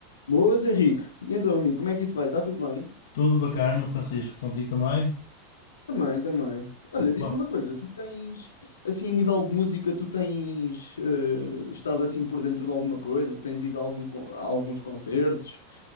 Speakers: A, on the left; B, on the left.
A: Boas, Henrique. E então, amigo, como é que isso vai? Está tudo bem?
B: Tudo bacana, Francisco, contigo também.
A: Também, também. Olha, diz-me
B: Bom,
A: uma coisa, tu tens, assim, a nível de música, tu tens eh, estado assim por dentro de alguma coisa? Tens ido a, algum con- a alguns concertos?